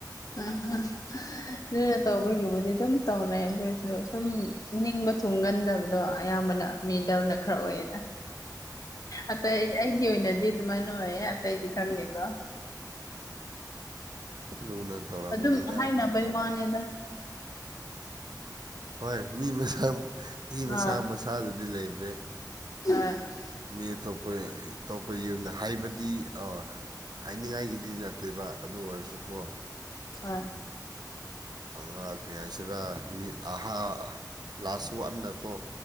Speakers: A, on the left; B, on the right.
A: ꯑꯍ ꯂꯨꯅ ꯇꯧꯕꯒꯤꯕꯨꯗꯤ ꯑꯗꯨꯝ ꯇꯧꯅꯩ ꯑꯗꯨ ꯑꯣꯏꯔꯁꯨ ꯁꯨꯝ ꯅꯤꯡꯕ ꯊꯨꯡꯒꯟꯗꯕ ꯑꯗꯣ ꯑꯌꯥꯝꯕꯅ ꯃꯤꯗꯜꯅ ꯈꯔ ꯑꯣꯏꯌꯦꯗ ꯑꯇꯩ ꯑꯩꯒꯤ ꯑꯣꯏꯅꯗꯤ ꯑꯗꯨꯃꯥꯏꯅ ꯑꯣꯏꯌꯦ ꯑꯇꯩꯗꯤ ꯈꯪꯗꯦꯀꯣ
B: ꯂꯨꯅ ꯇꯧꯔꯝꯒꯅꯤꯗ
A: ꯑꯗꯨꯝ ꯍꯥꯏꯅꯕꯩ ꯋꯥꯅꯤꯗ
B: ꯍꯣꯏ ꯃꯤ ꯃꯁꯝ ꯃꯤ ꯃꯁꯥ
A: ꯑꯥ
B: ꯃꯁꯥꯗꯗꯤ ꯂꯩꯕꯅꯦ
A: <unintelligible>
B: ꯃꯤ ꯑꯇꯣꯞꯄꯩ ꯑꯇꯣꯞꯄ ꯌꯨꯝꯗ ꯍꯥꯏꯕꯗꯤ ꯑꯣ ꯍꯥꯏꯅꯤꯡꯉꯥꯏꯒꯤꯗꯤ ꯅꯠꯇꯦꯕ ꯑꯗꯨ ꯑꯣꯏꯔꯁꯨꯀꯣ
A: ꯍꯣꯏ
B: ꯑꯉꯥ ꯀꯔꯤ ꯍꯥꯏꯁꯤꯔꯥ ꯃꯤ ꯑꯍꯥ ꯂꯥꯁ ꯋꯥꯠꯅꯀꯣ